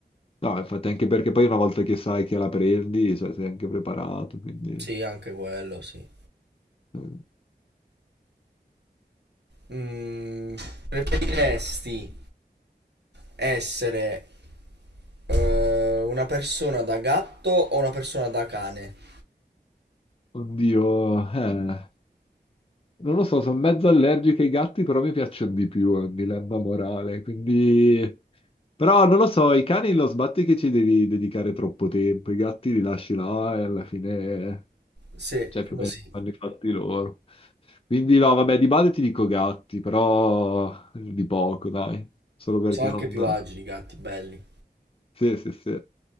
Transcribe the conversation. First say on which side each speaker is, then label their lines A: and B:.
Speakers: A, on the left (about 35°); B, on the right (about 85°).
A: No, infatti anche perché poi una volta che sai che la prendi, cioè, sei anche preparato, quindi...
B: Sì, anche quello, sì.
A: eh,
B: Mm, preferiresti essere eh, una persona da gatto o una persona da cane?
A: Oddio, eh, non lo so, sono mezzo allergico ai gatti, però mi piacciono di più, è un dilemma morale, quindi... Però non lo so, i cani lo sbatti che ci devi dedicare troppo tempo, i gatti li lasci là e alla fine,
B: Sì,
A: cioè più
B: così.
A: o meno fanno i fatti loro. Quindi no, vabbè, di base ti dico gatti, però di poco, dai, solo perché
B: Sono anche
A: non...
B: più agili i gatti, belli.
A: Sì, sì, sì.